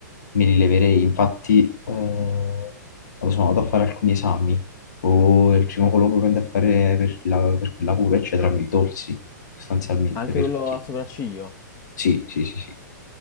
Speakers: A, on the left (about 65°); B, on the left (about 30°).
A: me li leverei, infatti eh, quando sono andato a fare alcuni esami, o il primo colloquio che andai a fare per, la- per quella cura, eccetera, mi tolsi sostanzialmente
B: Anche
A: perché
B: quello al sopracciglio?
A: sì, sì, sì, sì.